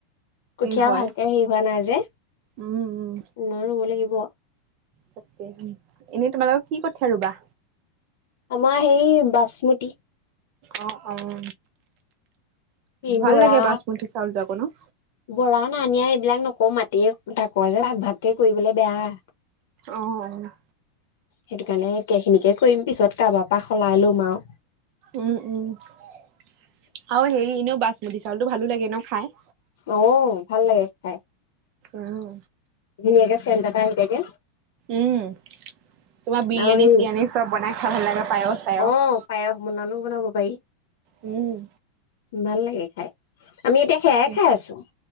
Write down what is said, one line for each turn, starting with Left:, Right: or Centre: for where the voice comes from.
Left: কঠীয়াও
Right: হয়।
Left: ভালকে হেৰি হোৱা নাই যে ন'
Right: উম, উম,
Left: ৰুব লাগিব। গ।
Right: তাকে এনেই তোমালোক কি কঠীয়া ৰুবা?
Left: আমাৰ সেই বাচমতি।
Right: অ আৰু
Left: এই
Right: ভাল
Left: বৰা
Right: লাগে বাচমতি চাউল যাব ন'
Left: বৰা নানিয়া এইবিলাক নকওঁ মাটিয়ে তাত আগ ভাগকে কৰিবলৈ বেয়া
Right: অ', অ'।
Left: সেইটো কাৰণে কেঁচুৰিকে কৰিম পিছত কাবাৰ পা সলাই লম আৰু
Right: উম উম আৰু হেৰি এনেও বাচমতী চাউলটো ভালো লাগে ন খাই
Left: অঁ ভাল লাগে খাই
Right: আহ
Left: ধুনীয়া কে চেণ্ট এটা আহি থাকে।
Right: উম তোমাৰ বিৰিয়ানী
Left: আৰু হেৰি
Right: চিৰিয়ানী চব বনাই খাই ভাল লাগে পায়স চায়স
Left: অ পায়স বনালেও বনাব পাৰি।
Right: উম
Left: ভাল লাগে খাই। আমি এতিয়া সেয়াই
Right: তাকে।
Left: খাই আছো।